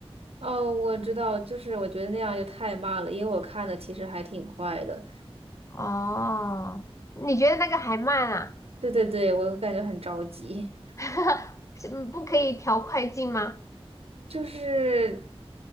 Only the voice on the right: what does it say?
哦，我知道，就是我觉得那样就太慢了，因为我看的其实还挺快的。
对对对，我感觉很着急，
就是